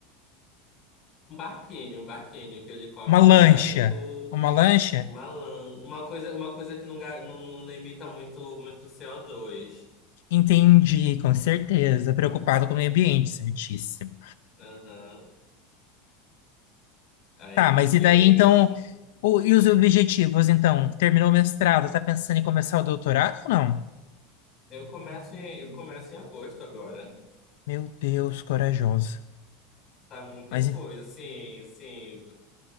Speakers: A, on the left; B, on the left.
A: Um barquinho, um barquinho, que o helicóptero
B: uma lancha.
A: é muito
B: Uma lancha?
A: uma lã, uma coisa, uma coisa que não, ga- não, não- emita muito, muito CO2.
B: Entendi, com certeza. Preocupado com o meio ambiente, certíssimo.
A: Aham. Aí,
B: Tá, mas e
A: e
B: daí
A: aí é
B: então,
A: isso.
B: o- e os objetivos então? Terminou o mestrado, tá pensando em começar o doutorado ou não?
A: Eu começo em, eu começo em agosto agora.
B: Meu Deus, corajosa.
A: Tá muita
B: Mas
A: coisa,
B: e-
A: sim, sim.